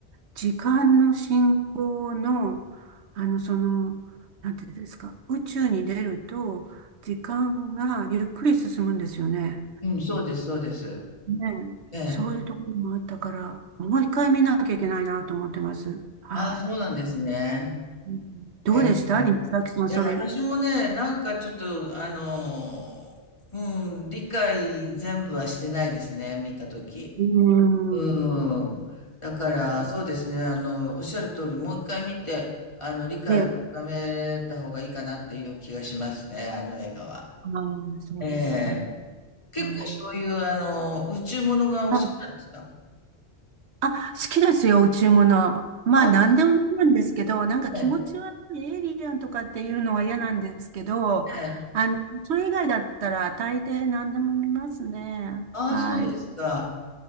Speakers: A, on the right; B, on the left.
A: 時間の進行の、あの、その、なんていうんですか、宇宙に出ると、時間がゆっくり進むんですよね。
B: うん、そうです、そうです。
A: ねえ、
B: ええ、
A: そういうところもあったから、もう一回見なきゃいけないなと思ってます。はい。
B: ああ、そうなんですね。
A: うんどうでした西崎さん、
B: ええいや、
A: それ。
B: 私もね、
A: ね
B: なんかちょっと、あのー、うん、理解全部はしてないですね、見たとき。
A: うーん。
B: うん。だから、そうですね、あの、おっしゃる通り、もう一回見て、あの、理解を深めた方がいいかなっていう気がしますね、
A: で、
B: あの映画は。
A: あー、そうですね。
B: ええ。結構そういう、
A: はい。
B: あの、宇宙ものがお好きなんですか
A: はいあ、好きですよ、宇宙物。まあ、
B: あ、
A: 何でもいいんですけど、
B: そうなん
A: なんか気持ち悪いエイリアンとかっていうのは嫌なんですけど、
B: ですね。ええ
A: あの、それ以外だったら大抵何でも見ますね。
B: ああ、
A: はい。
B: そうですか。